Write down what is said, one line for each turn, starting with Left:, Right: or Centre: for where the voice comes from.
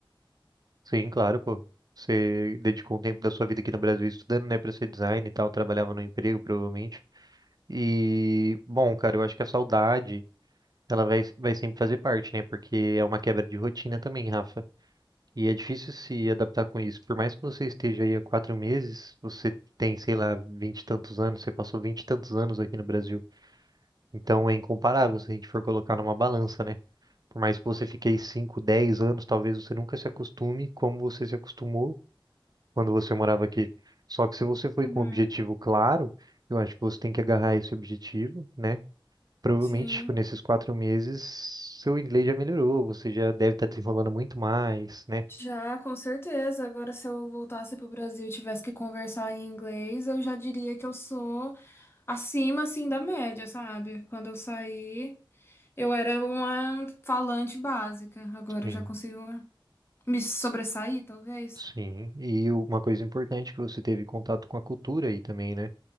Right: Sim, claro, pô. Você dedicou um tempo da sua vida aqui no Brasil estudando, né, pra ser design e tal, trabalhava no emprego, provavelmente. E, bom, cara, eu acho que a saudade, ela vai, vai sempre fazer parte, né, porque é uma quebra de rotina também, Rafa. E é difícil se adaptar com isso. Por mais que você esteja aí há quatro meses, você tem, sei lá, vinte e tantos anos, você passou vinte e tantos anos aqui no Brasil. Então é incomparável se a gente for colocar numa balança, né? Por mais que você fique aí 5, 10 anos, talvez você nunca se acostume como você se acostumou quando você morava aqui. Só que se você foi
Left: Uhum.
Right: com um objetivo claro, eu acho que você tem que agarrar esse objetivo, né? Provavelmente,
Left: Sim,
Right: tipo, nesses quatro meses, seu inglês já melhorou, você já deve estar desenrolando muito mais, né?
Left: já com certeza. Agora, se eu voltasse pro Brasil e tivesse que conversar em inglês, eu já diria que eu sou. acima assim da média, sabe? Quando eu saí, eu era uma falante básica. Agora
Right: Sim.
Left: eu já consigo me sobressair, talvez.
Right: Sim, e uma coisa importante que você teve contato com a cultura aí também, né?